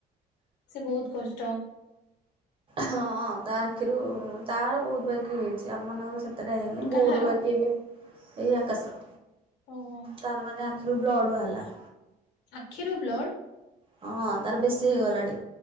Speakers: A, on the left; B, on the right.
A: ସେ ବୋହୁତ କଷ୍ଟ।
B: ହଁ ତା ଆଖିରୁ ତାର ବୋହୁତ ବାକି ହେଇଚି ଆମ ମାନଙ୍କର ସେ ଏତେଟା ହେଇନି
A: କାହାର?
B: ବୋଉର ବାକି ଏବେ ଏଇ ଆକାଶର
A: ଓହୋ।
B: ତାର ମାନେ ସିଏ ବି ଅଡ଼ୁଆ ହେଲା।
A: ଆଖିରୁ ବ୍ଲଡ଼।
B: ହଁ ତାର ବେଶୀ ହେଇଗଲା ଟ